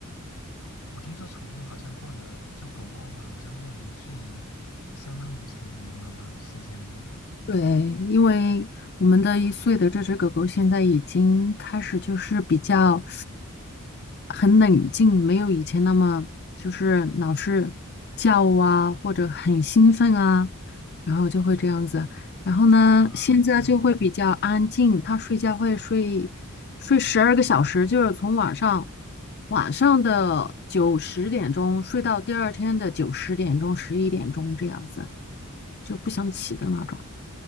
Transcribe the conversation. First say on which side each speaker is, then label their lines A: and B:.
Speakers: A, on the left (about 85°); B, on the left (about 50°).
A: 我听说宠物好像过了，就狗狗嘛，好像过了一岁也相当于成年了吧？是这样吗？
B: 对，因为我们的一岁的这只狗狗现在已经开始就是比较很冷静，没有以前那么就是老是叫啊，或者很兴奋啊，然后就会这样子。然后呢，
A: 啊，
B: 现在就会比较安静，
A: 这样
B: 它睡觉会睡睡十二个小时，就是从晚上晚上的九十点钟睡到第二天的九十点钟、十一点钟这样子，就不想起的那种。
A: 啊，哦。